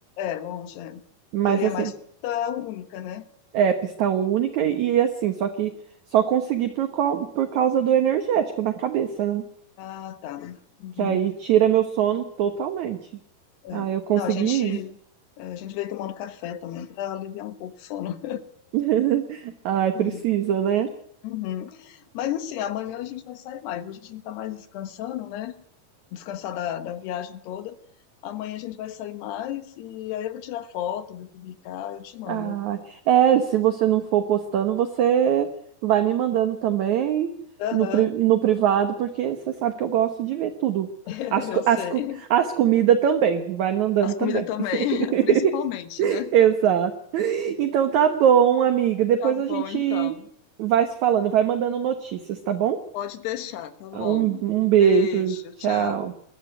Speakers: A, on the left; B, on the right.
A: É, longe, é.
B: Mas
A: E ali
B: assim,
A: é mais pista única, né?
B: é pista única e, e assim, só que só consegui por, cau- por causa do energético na cabeça, né?
A: Ah, tá. Uhum,
B: Que aí tira meu sono totalmente.
A: é.
B: Ah, eu consegui
A: Não, a gente,
B: ir.
A: é, a gente veio tomando café também para aliviar um pouco o sono.
B: <laughs> Ai, precisa,
A: É.
B: né?
A: Uhum. Mas assim, amanhã a gente vai sair mais. Hoje a gente tá mais descansando, né? Descansar da, da viagem toda. Amanhã a gente vai sair mais e aí eu vou tirar foto, vou publicar, eu te mando.
B: Ah, é, se você não for postando, você vai me mandando também
A: Aham,
B: no, pri- no privado, porque você sabe que eu gosto de ver tudo.
A: <laughs>
B: As, co-
A: eu sei.
B: as, co- as comidas também, vai mandando
A: As
B: também.
A: comidas também,
B: <laughs>
A: <laughs> principalmente, né?
B: Exato. Então tá bom, amiga. Depois
A: Tá
B: a
A: bom,
B: gente
A: então.
B: vai se falando, vai mandando notícias, tá bom?
A: Pode deixar, tá bom.
B: Um, um beijo,
A: Beijo,
B: tchau.
A: tchau.